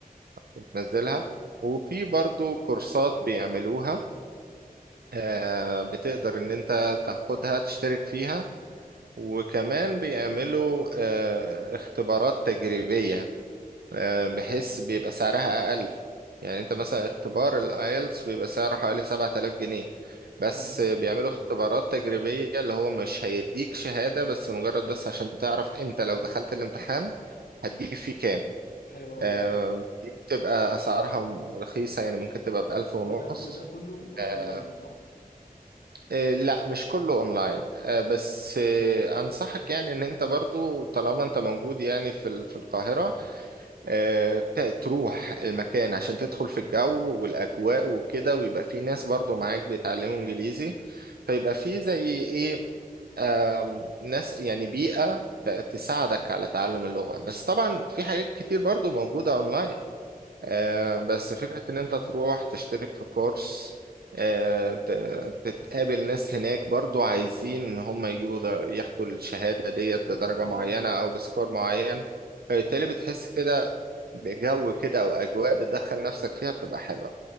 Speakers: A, on the right (about 85°); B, on the left (about 85°).
A: وتنزلها وفي برضو كورسات بيعملوها آه، بتقدر ان انت تاخدها تشترك فيها وكمان بيعملوا آه، اختبارات تجريبية آه، بحيث بيبقى سعرها اقل يعني انت مثلا اختبار الايلتس بيبقى سعره حوالي 7000 جنيه بس
B: امم
A: بيعملوا اختبارات تجريبية اللي هو مش هيديك شهادة بس مجرد بس عشان تعرف انت لو دخلت الامتحان هتجيب فيه كام
B: حلوة أوي
A: آه،
B: دي
A: دي بتبقى اسعارها رخيصة يعني ممكن تبقى بألف ونص
B: وده وده كله
A: آه،
B: أونلاين صح؟
A: إيه، لا مش كله اونلاين آه، بس آه، انصحك يعني ان انت برضو طالما انت موجود يعني في ال- في القاهرة آه، ت- تروح المكان عشان تدخل في الجو والاجواء وكده ويبقى في ناس برضو معاك بيتعلموا انجليزي فيبقى في زي ايه آم، ناس يعني بيئة ت- تساعدك على تعلم اللغة بس طبعا في حاجات كتير برضو موجودة اونلاين آه، بس
B: امم
A: فكرة إن أنت تروح تشترك في كورس آه، ت- تتقابل ناس هناك برضو عايزين إن هم يجيبوا ده ياخدوا الشهادة ديت
B: والله
A: بدرجة
B: انا
A: معينة أو بسكور معين فبالتالي
B: اه
A: بتحس كده بجو كده أو أجواء بتدخل نفسك فيها بتبقى حلوة